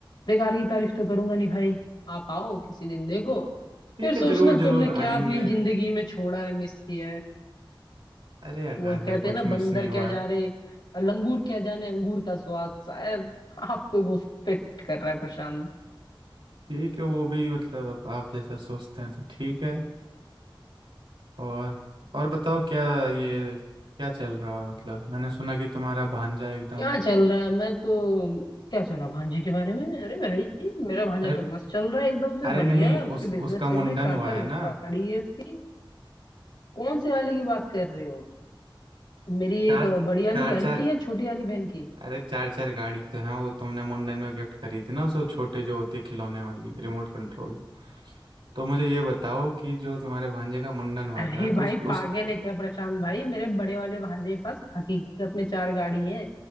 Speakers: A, on the left; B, on the right.
A: बेकार की तारीफ तो करूंगा नहीं भाई आप आओ किसी दिन देखो
B: ठीक
A: फिर सोचना
B: है जरूर जरूर
A: तुमने क्या
B: आएंगे
A: अपनी जिंदगी में छोड़ा है मिस किया है
B: अरे आकाश
A: वो
B: भाई
A: कहते हैं
B: कुछ
A: ना
B: मिस
A: बंदर
B: नहीं हुआ
A: क्या जा
B: है
A: रहे लंगूर क्या जाने अंगूर का स्वाद शायद आप पे वो फिट कर रहा है प्रशांत
B: ठीक है वो भी मतलब आप, आप जैसा सोचते हैं तो ठीक है और और बताओ क्या ये क्या चल रहा है और मतलब मैंने सुना कि तुम्हारा भांजा एकदम
A: क्या चल रहा है मैं तो क्या सुना भांजे के बारे में अरे भाई मेरा भांजा
B: अरे
A: तो मस्त चल रहा है एकदम से
B: अरे
A: बढ़िया
B: नहीं
A: उसके
B: उस
A: बिजनेस
B: उसका मुंडन
A: चल रहे हैं चार
B: हुआ
A: चार
B: है ना
A: गाड़ी है उसकी कौन से वाले की बात कर रहे हो मेरी एक
B: चार
A: बड़ी वाली
B: चार
A: बहन
B: चार
A: की या छोटी वाली बहन की
B: अरे चार चार गाड़ी तो हैं वो तुमने मुंडन में गिफ्ट करी थी ना उस वो छोटे जो होती है खिलौने वाली रिमोट कंट्रोल तो मुझे ये बताओ कि जो तुम्हारे भांजे का मुंडन हुआ
A: अरे
B: था तो
A: भाई
B: उसकी उस
A: पागल है क्या प्रशांत भाई मेरे बड़े वाले भांजे के पास हकीकत में चार गाड़ी है